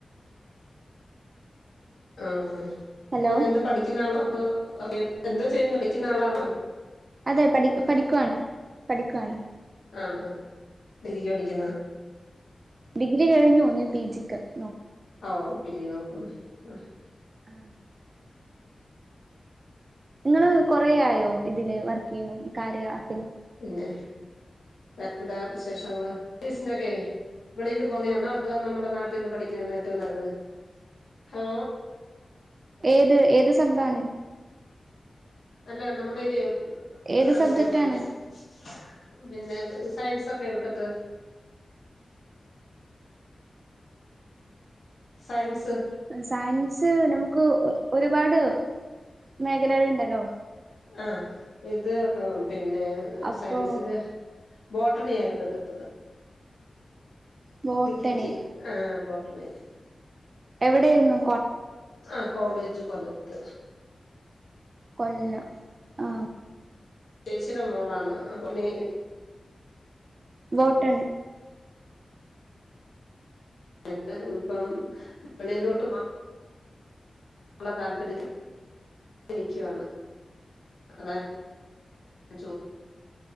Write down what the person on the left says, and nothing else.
ആ
പിന്നെന്താ പഠിക്കുന്നാളോ അതോ
<unintelligible> എന്തോ ചെയ്യുന്ന പഠിക്കുന്ന ആളാന്നൊ
ആ <unintelligible> പടിക്കുന്ന
ഓ പിജി നോക്കുന്നു ആ
പിന്നെ എന്താ വിശേഷങ്ങള് <unintelligible> ഇവിളീന്ന് പോന്നയാന്നോ അതൊ നമ്മുടെ നാട്ടിന്ന് പഠിക്കുന്നയാന്നോ ഏറ്റൊം നല്ലത് ഹാ
അല്ല നമ്മളീ
<unintelligible>
പിന്നെ സയൻസൊക്കെ എടുത്തിട്ട് സയൻസ്
ആ ഇത് പിന്നെ
സയൻസില് ബോട്ടണി ആയിരുന്നെടുത്തത്
ഡിഗ്രിക്ക് ആ ബോട്ടണി
ആ കോളേജ് കൊലത്ത്
ചേച്ചിടെ മോളാണ് അപ്പൊ നീ
ന്ന് ഇപ്പം വെളീലോട്ട് നമ്മള താല്പര്യത്തി <unintelligible> <unintelligible>